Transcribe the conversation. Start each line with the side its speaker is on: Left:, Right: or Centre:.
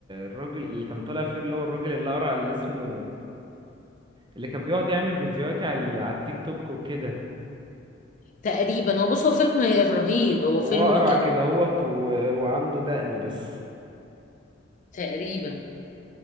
Right: الراجل اللي كان طالع فيه اللي هو الراجل اللي اقرع اللي اسمه اللي كان بيقعد يعمل فيديوهات على ال- على التيك توك وكده
Left: تقريبا هو بص هو فيلم رهيب هو
Right: هو
Left: فيلم
Right: اقرع
Left: ك...
Right: كده هوت و... وعنده دقن بس
Left: تقريبا